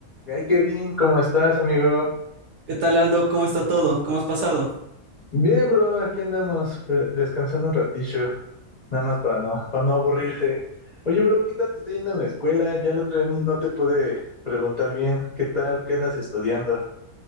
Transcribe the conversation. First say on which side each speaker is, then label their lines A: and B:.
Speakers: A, on the left; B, on the right.
A: Y ay, Kevin, ¿cómo estás, amigo?
B: ¿Qué tal, Aldo? ¿Cómo está todo? ¿Cómo has pasado?
A: Bien, bro, aquí andamos pre- descansando un ratillo, nada más para no, para no aburrirse. Oye, bro, ¿qué tal te está yendo en la escuela? Ya el otro día ni- no te pude preguntar bien. ¿Qué tal? ¿Qué andas estudiando?